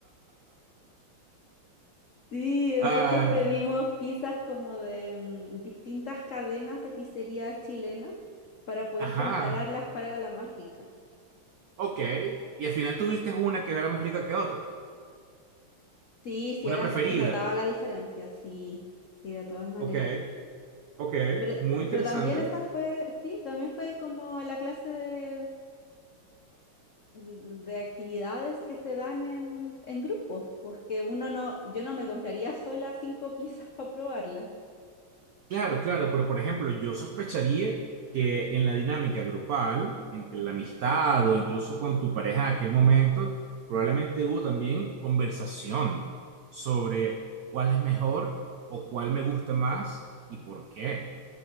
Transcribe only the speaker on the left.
<laughs> sí, entonces
pedimos pizzas como de mm, distintas cadenas de pizzerías chilenas para poder
compararlas cuál era la más rica.
Sí, sí eran,
se notaba la diferencia, sí, sí, de todas maneras.
Pero,
pero también esa fue, sí, también fue como la clase de, de actividades que se dan en, en grupos, pues que uno no, yo no me compraría sola cinco pizzas <laughs> para probarlas.